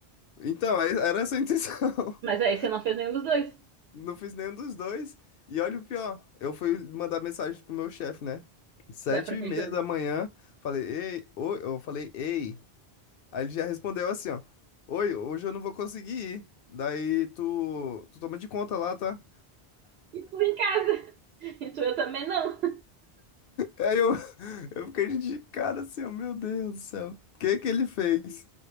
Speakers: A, on the left; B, on the right.
A: Então, aí era essa a intenção.
B: Mas
A: <laughs>
B: aí você não fez nenhum dos dois
A: Não fiz nenhum dos dois. E olha o pior, eu fui mandar mensagem pro meu chefe, né? Sete
B: da prefeitura.
A: e meia da manhã, falei, ei, oi, eu falei, ei. Aí ele já respondeu assim, ó, oi, hoje eu não vou conseguir ir. Daí tu, tu toma de conta lá, tá?
B: E tu em casa. E tu eu também não.
A: Aí eu, <laughs> eu fiquei de cara assim, oh, meu Deus do céu, o que que ele fez?